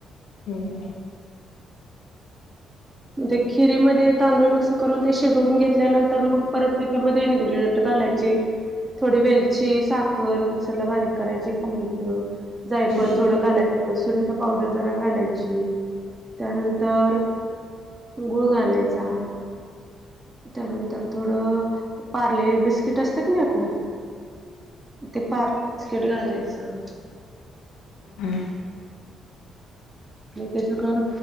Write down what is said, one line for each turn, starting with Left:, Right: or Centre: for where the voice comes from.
Left: हो हो.
Right: मग ते खिरी मध्ये तांदूळ मिक्स करून ते शिजवून घेतल्यानंतर मग परत त्याच्यामध्ये इन्ग्रीडियंट घालायचे. थोडी वेलची, साखर मिक्सर ला बारीक करायची <unintelligible> जायफळ
Left: हम्म
Right: थोडं घालायचं, सुंठ पावडर जरा घालायची त्यानंतर गुळ घालायचा. त्यानंतर थोडं पार्ले बिस्किट असतं की नाही आपलं ते पार्ले बिस्किट घालायचं.
Left: हम्म.
Right: आणि ते सगळं